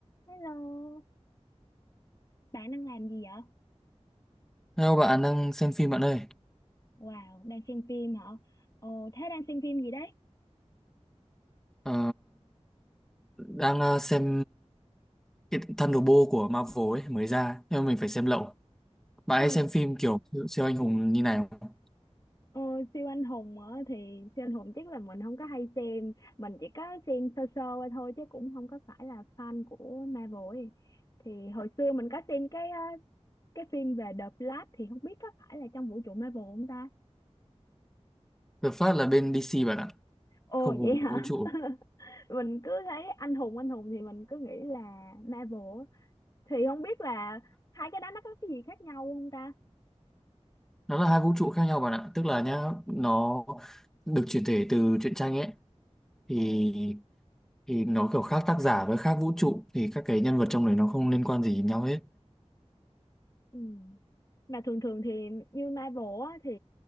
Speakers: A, on the left (about 35°); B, in the centre.
A: Hello, bạn đang làm gì vậy?
B: Hello bạn đang xem phim bạn ơi
A: Wow, đang xem phim hả? Ờ, thế đang xem phim gì đấy?
B: Ờ, đang ờ, xem cái Thunderbolt của Marvel ấy mới ra nhưng mà mình phải xem lậu bạn
A: Ôi,
B: hay xem phim kiểu siêu, siêu anh hùng như này không?
A: ờ, siêu anh hùng á thì siêu anh hùng chắc là mình không có hay xem, mình chỉ có xem sơ sơ qua thôi chứ cũng không có phải là fan của Marvel ấy. Thì hồi xưa mình có xem cái ờ, cái phim về The Flash thì không biết có phải là trong vũ trụ Marvel không ta?
B: The Flash là bên DC bạn ạ
A: Ồ
B: không cùng
A: vậy hả?
B: vũ trụ
A: <laughs> Mình cứ thấy anh hùng anh hùng thì mình cứ nghĩ là Marvel. á. Thì không biết là hai cái đó nó có cái gì khác nhau không ta?
B: nó là hai vũ trụ khác nhau bạn ạ tức là nhá nó được chuyển thể từ truyện tranh ấy thì
A: Ồ.
B: thì nó kiểu khác tác giả với khác vũ trụ thì các cái nhân vật trong đấy nó không liên quan gì đến nhau hết
A: Ừ. Mà thường thường thì như Marvel á, thì